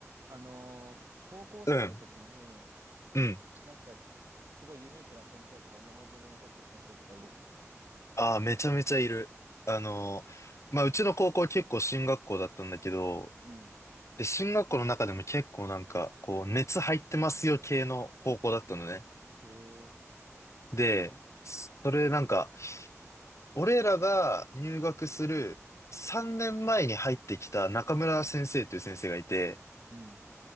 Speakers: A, on the right; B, on the left.
A: あのー高校生の時に、
B: うん。うん。
A: なんか、すごいユニークな先生とか思い出に残ってる先生とかいるの
B: ああ、めちゃめちゃいる。あのー、まあ、うちの高校結構進学校だったんだけど、
A: うん。
B: で、進学校の中でも結構なんか、こう、熱入ってますよ系の高校だったのね。
A: へえ。
B: で、それなんか、俺らが入学する3年前に入ってきた中村先生という先生がいて、
A: うん。